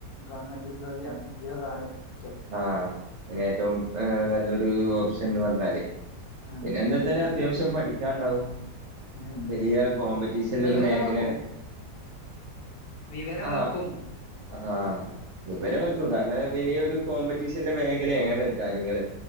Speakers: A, on the left; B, on the right.
A: ഗവൺമെന്റ് ഉദ്യോഗിയാണ് ഉദ്യോഗാണ് മുക്യം
B: ആഹ് ഇനി ഏറ്റവും ഏ നല്ലൊരു ഓപ്ഷൻ എന്ന് പറഞ്ഞാല്
A: ഉം.
B: പിന്നെ എന്താവെച്ച അത്യാവശ്യം പഠിക്കാണ്ടാവും
A: ഉം.
B: വലിയ കോമ്പറ്റീഷണൽ
A: വിവരം
B: ഒരു മേഖലയാണ്.
A: വെക്കും വിവരം
B: ആ
A: വെക്കും
B: ആ വിവരം വെക്കും കാരണം വെലിയൊരു കോമ്പറ്റീഷനിള്ള മേഖലയാണ് കാര്യങ്ങള്